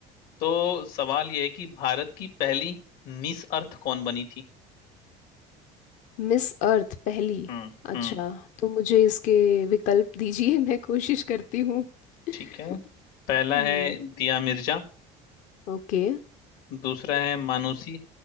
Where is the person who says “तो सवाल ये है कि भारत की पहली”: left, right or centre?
Left